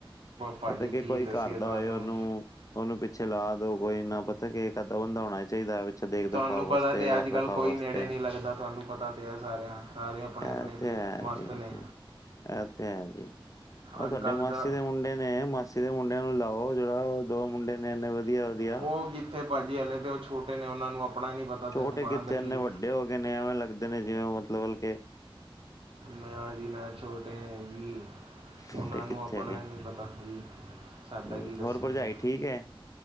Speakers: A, on the right (about 80°); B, on the left (about 35°).
A: ਭਾਜੀ
B: ਪਤਾ ਕੀ ਕੋਈ
A: ਦੱਸੀਏ
B: ਕਰਦਾ
A: ਤੁਹਾਨੂੰ
B: ਹੋਏ ਉਹਨੂੰ ਉਹਨੂੰ ਪਿੱਛੇ ਲਾ ਦੋ ਕੋਈ ਇੰਨਾ ਪਤਾ ਕਿ ਇਕ ਅੱਧਾ ਬੰਦਾ ਹੋਣਾ ਚਾਹੀਦਾ। ਪਿੱਛੇ ਦੇਖ
A: ਤੁਹਾਨੂੰ
B: ਦਿਖਾਓ
A: ਪਤਾ
B: ਵਾਸਤੇ
A: ਤੇ ਅੱਜ-ਕੱਲ੍ਹ
B: ਰੱਖ ਰਖਾਓ
A: ਕੋਈ
B: ਵਾਸਤੇ
A: ਨੇੜੇ ਨਹੀਂ ਲੱਗਦਾ, ਤੁਹਾਨੂੰ ਪਤਾ ਤੇ ਹੈ ਸਾਰਿਆਂ, ਸਾਰੇ ਆਪਣੇ-ਆਪਣੇ
B: ਇਹ ਤੇ
A: ਚ
B: ਹੈ
A: ਮਸਤ
B: ਜੀ
A: ਨੇ
B: ਇਹ ਤੇ ਹੈ ਜੀ, ਉਹ
A: ਅੱਜ
B: ਤੁਹਾਡੇ
A: ਕੱਲ੍ਹ
B: ਮਾਸੀ
A: ਦਾ
B: ਦੇ ਮੁੰਡੇ ਨੇ, ਮਾਸੀ ਕਿਸੇ ਮੁੰਡਿਆਂ ਨੂੰ ਲਾਓ, ਜਿਹੜਾ ਉਹ ਦੋ ਮੁੰਡੇ ਨੇ ਇੰਨੇ ਵਧੀਆ। ਵਧੀਆ
A: ਉਹ ਕਿਥੇ ਭਾਜੀ ਹਲੇ ਤੇ ਉਹ ਛੋਟੇ ਨੇ, ਉਹਨਾ ਨੂੰ ਆਪਣਾ ਨੀ ਪਤਾ।
B: ਛੋਟੇ
A: ਤੇ ਦੁਕਾਨ
B: ਕਿੱਥੇ
A: ਦਾ
B: ਇੰਨੇ
A: ਕੀ
B: ਵੱਡੇ ਹੋ ਗਏ ਨੇ, ਐਵੇਂ ਲੱਗਦੇ ਨੇ ਜਿਵੇਂ ਮਤਲਬ ਕਿ
A: ਨਾ ਜੀ ਨਾ ਛੋਟੇ ਹੈ ਜੀ। ਉਹਨਾਂ
B: ਛੋਟੇ ਕਿੱਥੇ
A: ਨੂੰ ਆਪਣਾ
B: ਹੈਗੇ
A: ਹੀ ਨਹੀਂ ਪਤਾ ਜੀ, ਸਾਡਾ
B: ਹੂੰ
A: ਕੀ ਦੱਸਣਗੇ।
B: ਹੋਰ ਭਰਜਾਈ ਠੀਕ ਹੈ